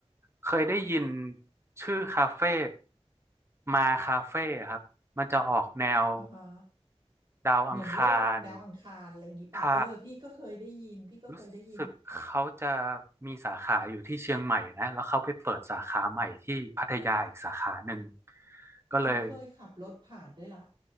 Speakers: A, on the right; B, on the right.
A: เคยได้ยินชื่อคาเฟ่มาคาเฟ่ครับ มันจะออกแนว
B: อ่าฮะ
A: ดาวอังคาร
B: เหมือนโลกดาวอังคารอะไรอย่างนี้ป่ะเออพี่ก็เคยได้ยินพี่ก็เคยได้ยิน
A: ไทยรู้สึกเขาจะมีสาขาอยู่ที่เชียงใหม่นะ แล้วเขาไปเปิดสาขาใหม่ที่พัทยาอีกสาขาหนึ่ง
B: เหมือนเคยขับรถผ่านด้วยล่ะ
A: ก็เลย